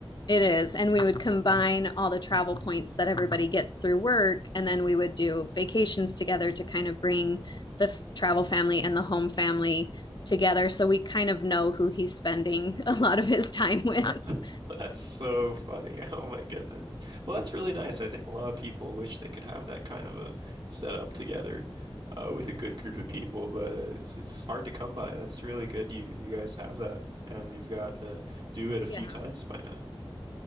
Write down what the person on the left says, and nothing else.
It is. And we would combine all the travel points that everybody gets through work. And then we would do vacations together to kind of bring the f- travel family and the home family together. So we kind of know who he's spending <laughs> a lot of his time with. <laughs>
Yeah.